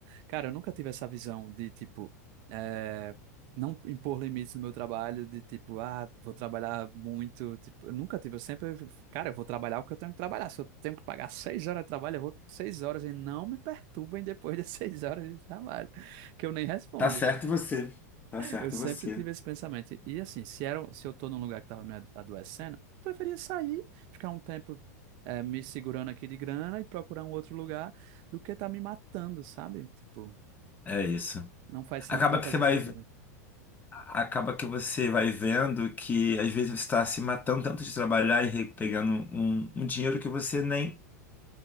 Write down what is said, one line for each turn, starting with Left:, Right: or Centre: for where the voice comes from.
Right: Cara, eu nunca tive essa visão de, tipo, eh, não impor limites no meu trabalho, de tipo, ah, vou trabalhar muito. Tipo, eu nunca tive. Eu sempre, cara, eu vou trabalhar o que eu tenho que trabalhar. Se eu tenho que pagar seis horas de trabalho, eu vou seis horas e não me perturbem depois das <laughs> seis horas de trabalho, que eu nem respondo.
Left: Tá certo você. Tá certo
Right: Eu sempre
Left: você.
Right: tive esse pensamento. E assim, se era, se eu tô num lugar que tava me adoecendo, eu preferia sair, ficar um tempo. eh, me segurando aqui de grana e procurar um outro lugar do que tá me matando, sabe? Tipo,
Left: É isso.
Right: não faz, sen-
Left: Acaba
Right: não fazia
Left: que você vai,
Right: sentido.
Left: acaba que você vai vendo que às vezes você está se matando tanto de trabalhar e re- pegando um, um dinheiro que você nem,